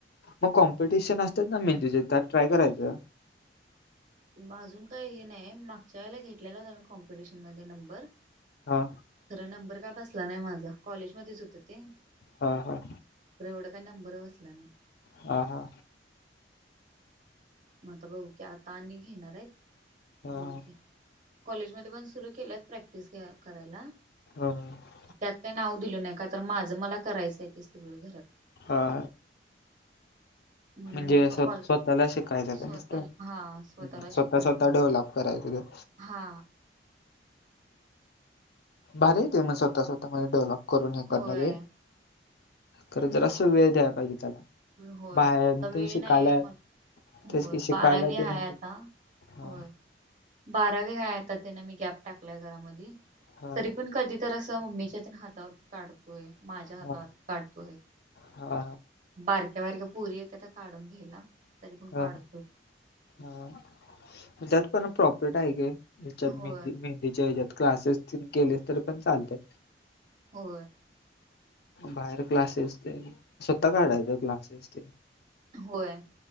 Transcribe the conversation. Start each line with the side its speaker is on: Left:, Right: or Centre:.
Left: मग कॉम्पिटिशन आसत्यात ना मेहंदीचे त्यात ट्राय करायचं.
Right: म आजून काय हे नाहीये मागच्या वेळेला घेतल्यालो त्यामुळं कॉम्पिटिशन मध्ये नंबर
Left: हा.
Right: खर नंबर काय बसला नाही माझा कॉलेज मध्येच होत ते.
Left: हा हा,
Right: खरं एवढं काय नंबर बसला नाही.
Left: हा हा,
Right: म आता बघू की आता आणि घेणार आहेत
Left: हा
Right: बघू की कॉलेजमध्ये पण सुरू केल्यात प्रॅक्टिस घ्या करायला
Left: हा हा,
Right: त्यात काय नाव दिलो नाही का तर माझं मला करायचं आहे ते सगळं घरात.
Left: हा.
Right: म्हणून
Left: म्हणजे
Right: मी
Left: स्वतः
Right: क कॉल
Left: स्वतःला शिकायचं
Right: स्वतः
Left: का नुसतं
Right: हा स्वतःला
Left: स्वतः
Right: शिकायचं
Left: स्वतः डेव्हलप करायचं ते
Right: हा.
Left: भारी आहे की म स्वतः स्वतः मधे डेव्हलप करून हे
Right: होय
Left: करण बी खरं जरास वेळ दया पाहिजे त्याला.
Right: होय.
Left: बाहेर
Right: आता
Left: ते
Right: वेळ
Left: शिकायला
Right: नाहीये म्हण
Left: तेच
Right: होय
Left: की शिकायला
Right: बारावी
Left: ते
Right: हाय
Left: नाही
Right: आता
Left: पाहिजे.
Right: होय.
Left: हा
Right: बारावी हाय आता तेन मी गॅप टाकलाय जरा मधी
Left: हा
Right: तरी पण कधीतर आसं मम्मीच्या तेन हातावरती काढतोय माझ्या हातावर
Left: हा
Right: काढतोय.
Left: हा
Right: बारक्या बारक्या पोरी येत्याता काढून घ्यायला तरी पण
Left: हा
Right: काढतोय.
Left: हा म त्यात पण प्रॉफिट आहे की. हेच्यात
Right: होय
Left: मेहंदी मेहंदीच्या हेज्यात क्लासेस तेन केले तर पण चालतय.
Right: होय.
Left: बाहेर क्लासेस तेन स्वतः काढायचं क्लासेस तेन
Right: होय.